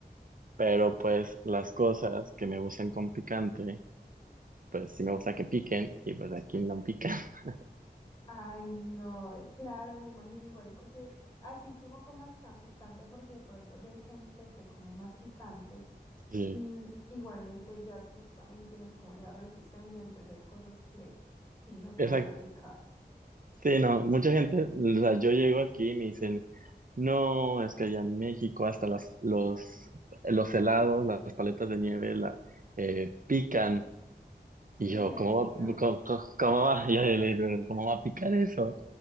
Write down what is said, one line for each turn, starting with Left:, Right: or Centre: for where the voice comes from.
Right: pero pues las cosas que me gustan con picante, pues sí me gusta que piquen y pues aquí no pican. <laughs>
Left: Ay, no, eh, claro, me imagino igual, porque así tú no comas tan picante, porque de pronto ya hay gente que come más picante.
Right: Sí.
Left: mm, igualmente ya tú también tienes como esa resistencia, entonces hay cosas que sí no te
Right: Exacto.
Left: van a picar.
Right: Sí, no, mucha gente, o sea, yo llego aquí y me dicen, no, es que allá en México hasta las, los, los helados, las paletas de nieve la, eh, pican. Y
Left: ¿En
Right: yo,
Left: serio?
Right: ¿cómo va, cómo, cómo- cómo va? <laughs> Y yo le digo, ¿cómo va a picar eso?